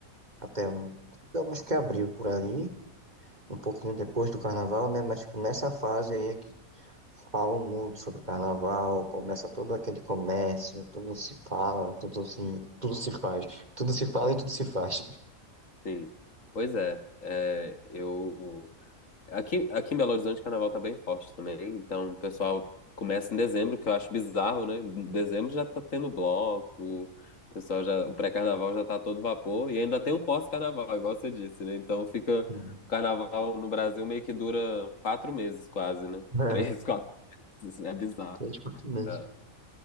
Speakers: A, on the right; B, on the left.
A: até digamos que abril por ali, um pouquinho depois do carnaval, né? Mas tipo, nessa fase aí é que falam muito sobre carnaval, começa todo aquele comércio, tudo se fala, tudo se, tudo se faz, tudo se fala e tudo se faz. <laughs>
B: Sim, pois é, é, eu aqui, aqui em Belo Horizonte o carnaval tá bem forte também, então o pessoal começa em dezembro, que eu acho bizarro, né? Em dezembro já tá tendo bloco, o pessoal já, o pré-carnaval já tá a todo vapor e ainda tem o pós-carnaval, igual você disse, né? Então fica
A: Hum.
B: o carnaval no Brasil meio que dura quatro meses quase, né?
A: É,
B: Três, <laughs> quatro meses, é bizarro,
A: três por mês,
B: É,